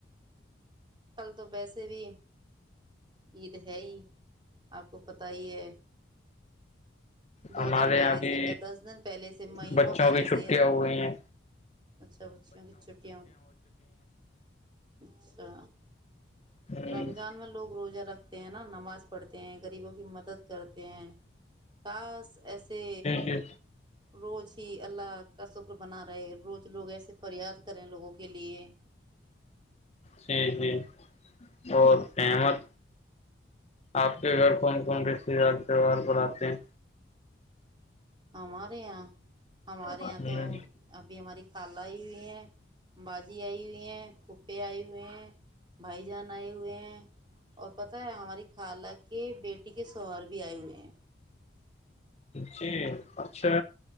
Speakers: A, on the right; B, on the left.
A: کل تو ویسے بھی عید ہے ہی آپ کو پت ہی ہے دو
B: ہمارے
A: دن
B: یہاں
A: پہلے
B: بھی
A: سے کیا دس دن پہلے سے مہینوں
B: بچوں
A: پہلے
B: کی چھٹیاں
A: سے یا پ
B: ہو گئی ہیں
A: اچھا بچیوں کی چھٹیاں ہو ہ <inaudible> اچھا
B: جی
A: رمضان میں لوگ روزہ رکھتے ہیں نا نماز پڑتے ہیں غریبوں کی مت مدد کرتے ہیں کس ایسے
B: جی
A: روز ہی اللہ کا شکر بنا رہے روز لوگ ایسے فریاد کریں لوگوں کے لیے
B: جی جی اور احمد آپ کے گھر کون کون رسیار تہوار پر آتے ہیں
A: آ م ریاں ہمارے
B: ہیں
A: یہاں تو ابھی ہماری خالا ہی بھی ہیں باز بھجی آئی ہوئی ہیں پھپے آئی ہو ہیں بھائی جان بن ہوئے ہیں اور پتہ ہے ہماری خال کے بیٹی کے سوہر بھی آئے ہوئے ہیں
B: جی اچھا